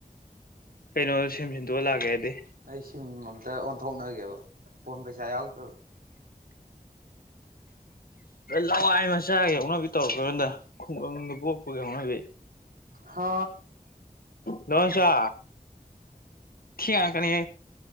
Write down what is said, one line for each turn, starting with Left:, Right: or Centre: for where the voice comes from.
Left: ꯀꯩꯅꯣ ꯁꯦꯝ ꯁꯤꯟꯗꯣꯛꯑ ꯂꯥꯛꯀꯦ ꯍꯥꯏꯗꯤ
Right: ꯑꯩ ꯁꯤꯝ ꯑꯝꯇ ꯑꯣꯟꯊꯣꯛꯅꯒꯦꯕ ꯄꯁꯥꯏ ꯌꯥꯎꯛꯇ
Left: ꯂꯋꯥꯏ ꯃꯆꯥꯒꯤ ꯍꯧꯅꯕꯤ ꯇꯧꯔ ꯀꯥꯟꯗ ꯈꯨꯡꯒꯪꯗ ꯄꯣꯛꯄꯒꯤ ꯍꯧꯅꯕꯤ
Right: ꯍꯥ
Left: ꯅꯉꯁꯥ ꯊꯤ ꯀꯅꯤ